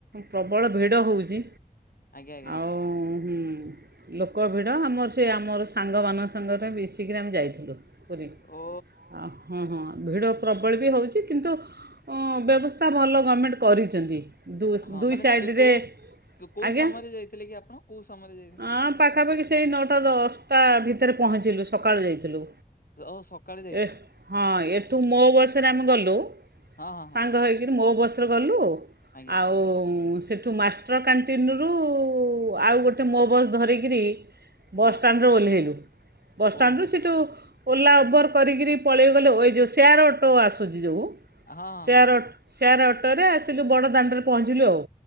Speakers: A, on the right; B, on the left.
A: ପ୍ରବଳ ଭିଡ଼ ହୋଉଛି।
B: ଆଜ୍ଞା ଆଜ୍ଞା ଆଜ୍ଞା
A: ଆଉ ହୁଁ। ଲୋକ ଭିଡ଼ ଆମର ସେ ଆମର ସାଙ୍ଗମାନଙ୍କ ସାଙ୍ଗରେ ମିଶିକିରି ଆମେ ଯାଇଥିଲୁ ପୁରୀ।
B: ଓ।
A: ଆ ହୁଁ ହୁଁ ଭିଡ଼ ପ୍ରବଳ ବି ହେଉଛି କିନ୍ତୁ- ଉଁ ବ୍ୟବସ୍ଥା ଭଲ ଗର୍ମେଣ୍ଟ କରିଚନ୍ତି। ଦୁଷ
B: ହଁ
A: ଦୁଇ
B: ମାନେ
A: ସାଇଡ଼ରେ
B: ସ୍କେ- କୋଉ କୋଉ
A: ଆଜ୍ଞା
B: ସମୟରେ ଯାଇଥିଲେ କି ଆପଣ କୋଉ ସମୟରେ ଯାଇଥିଲେ?
A: ଆ- ପାଖାପାଖି ସେଇ ନଅଟା ଦଶଟା ଭିତରେ ପହଞ୍ଚିଲୁ ସକାଳୁ ଯାଇଥିଲୁ।
B: ଯୋଗ ସକାଳୁ ଯା
A: ଏ ହଁ ଏଠୁ ମୋ ବସରେ ଆମେ ଗଲୁ
B: ହଁ ହଁ ହଁ
A: ସାଙ୍ଗ ହେଇକରି ମୋ ବସ୍‌ ଏଠୁ ଗଲୁ
B: ଆଜ୍ଞା
A: ଆଉ ସେଠୁ ମାସ- ମାଷ୍ଟର କ୍ୟାଣ୍ଟିନରୁ ଆଉ ଗୋଟେ ମୋ ବସ୍ ଧରିକିରି ବସଷ୍ଟାଣ୍ଡରେ
B: ହଁ
A: ଓଲେଇଲୁ ବସାଣ୍ଡରୁ
B: ଓହୋ
A: ସେଠୁ
B: ହୋ।
A: ଓଲା ଓବର- କରିକିରି ପଳେଇ ଗଲୁ ହୋଇ ଯେଉଁ ସେୟାର ଅଟୋ ଆସୁଚି ଯୋଉ
B: ହଁ ହଁ
A: ସେୟାର
B: ହଁ ହଁ
A: ଅଟ-
B: ହଁ
A: ସେଆର ଅଟୋରେ ଆସିଲୁ ବଡ଼ ଦାଣ୍ଡରେ ପହଞ୍ଚିଲୁ ଆଉ।